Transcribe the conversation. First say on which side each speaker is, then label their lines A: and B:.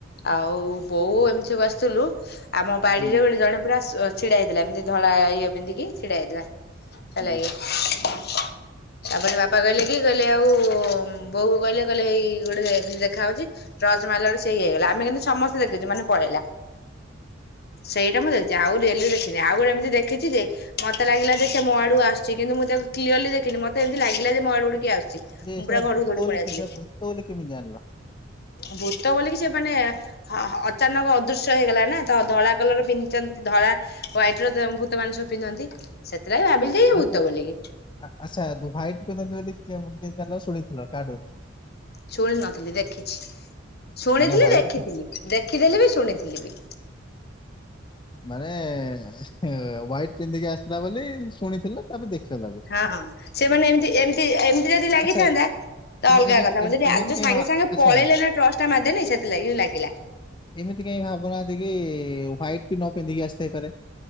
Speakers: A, on the left; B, on the left.
A: ଆଉ ବୋଉ ଏମିତି ବସିଥିଲୁ ଆମ ବାଡିରେ
B: ହୁଁ
A: ଗୋଟେ ଜଣେ ପୁରା ଛିଡା ହେଇଥିଲା ଏମତି ଧଳା ଇଏମତି କି ଛିଡା ହେଇଥିଲା
B: ହୁଁ।
A: ହେଲା ଇଏ ତାପରେ ବାପା କହଲେ କି କହିଲେ ଆଉ ବୋହ କହିଲେ କହିଲେ ହେଇ ଗୋଟେ ଦେଖାହେ ଉଛି, ଟର୍ଚ ମାରିଲା ବେଳକୁ ସିଏ ଇଏ ହେଇଗଲା, ଆମେ କିନ୍ତୁ ସମସ୍ତେ ଦେଖୁଛ ମାନେ ପଳେଇଲା। ସେଇଟା ମୁଁ ଦେଖିଛି, ଆଉ ରିଅଲି ଦେଖିନି ଆଉ ଗୋଟେ ଏମିତି ଦେଖିଛି ଯେ ମତେ ଲାଗିଲା ଯେ ସେ ମୋ ଆଡକୁ ଆସୁଛି। କିନ୍ତୁ ମୁଁ ତାକୁ କ୍ଲିୟରଲି ଦେଖିନି ମତେ ଏମିତି ଲାଗିଲ ଯେ ମୋ ଆଡକୁ କିଏ ଆସୁଛି।
B: ଯେ
A: ମୁଁ
B: ସେଟା
A: ପୁରା
B: ଭୂତ
A: ଘରକୁ ଦୌଡି
B: ବୋଲି
A: ପଳେଇ ଆସିଲି
B: କି ସେଟା ଭୂତ ବୋଲି କେମିତି ଜାଣିଲ?
A: ଭୂତ ବୋଲିକି ସେ ମାନେ ହଁ ଅଚାନକ ଅଦୃଶ୍ୟ ହେଇଗଲା ନା, ତ ଧଳା କଲର ପିନ୍ଧିଛନ୍ତି ଧଳା ୱାଇଟ ର ଭୂତ ମାନ ସବୁ ପିନ୍ଧନ୍ତି, ସେଥିଲାଗି ଭାବିଲି ଯେ ଇଏ ଭୂତ
B: ଆଛା,
A: ବୋଲିକି
B: ହ୍ୱାଇଟ ପିନ୍ଧନ୍ତି ବୋଲି ଶୁଣିଥିଲ କାହାଠୁ?
A: ଶୁଣି ନଥିଲି ଦେଖିଛି, ଶୁଣିଥିଲି
B: ମାନେ ହ୍ୱାଇଟ
A: ଦେଖିଥିଲି, ଦେଖିଥିଲି ବି ଶୁଣିଥିଲି ବି।
B: ମାନେ ହାଇଟ ପିନ୍ଧିକି ଆସିଥିଲା ବୋଲି ଶୁଣିଥିଲ, ତାପରେ ଦେଖ ତାକୁ
A: ହଁ ହଁ ସେମାନେ ଏମତି ଏମିତି ଏମିତି ଯଦି ଲାଗିଥାନ୍ତା
B: ଆଚ୍ଛା
A: ତ ଅଲଗା
B: ଏମିତି
A: କଥା ମୁଁ ଯଦି
B: ଏମିତି
A: ଯଉ
B: କାଇଁ
A: ସାଙ୍ଗେ
B: ଭା
A: ସାଙ୍ଗେ
B: ଆଚ୍ଛା
A: ପଳେଇଲେ ନା ଟ୍ରଷ୍ଟ ଟା ମେନି ସେଥିଲାଗି ଲାଗିଲା
B: ଏମିତି କାଇହିଁ ଭାବୁନାହାନ୍ତି କି ହ୍ୱାଇଟ୍ ବି ନ ପିନ୍ଧିକି ଆସିଥାଇପାରେ?